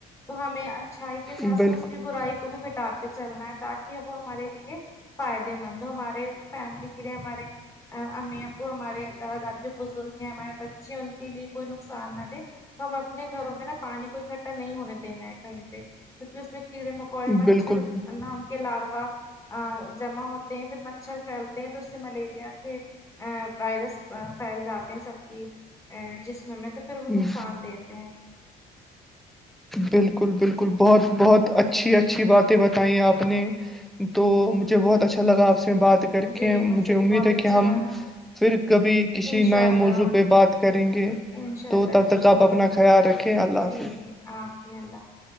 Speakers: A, on the left; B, in the centre.
A: تو ہمیں اچھائی کے ساتھ
B: بالکل
A: ساتھ اس کی برائی کو بھی مٹاتا چلنا ہے تاکہ وہ ہمارے لیے فائدے مند ہو ہمارے فیملی کے لیے ہمارے امی ابو ہمارے دادا دادی جو بزرگ ہیں ہمارے بچے ہیں ان کے لیے کوئی نقصان نہ دے ہم اپنے گھروں میں نا پانی کو اکٹھا نہیں ہونے دینا ہے کہیں پہ کیونکہ اس میں کیڑے مک کے مچھر
B: بالکل
A: نا ان کے لاروا جمع ہوتے ہیں پھر مچھر پھیلتے ہیں تو اس سے ملیریا کے وائرس پھیل جاتے ہیں سب کی جسم میں تو
B: ہی
A: دتے ہیں
B: بالکل بالکل بہت بہت اچھی اچھی باتیں بتائیں آپ نے تو مجھے بہت اچھا لگا آپ سے بات کر کے
A: بھی
B: مجھے
A: بھی
B: امید
A: بہت
B: ہے
A: اچھا
B: کہ ہم
A: لگا
B: پھر کبھی کسی
A: انشاء
B: نئے
A: اللہ
B: موضوع پہ بات کر کریں گے
A: انشاء
B: تو
A: اللہ
B: تب
A: انشاء
B: تک آپ
A: اللہ
B: اپنا خیال رکھیں اللہ
A: جی
B: حافظ
A: جی اپ بھی اللہ حافظ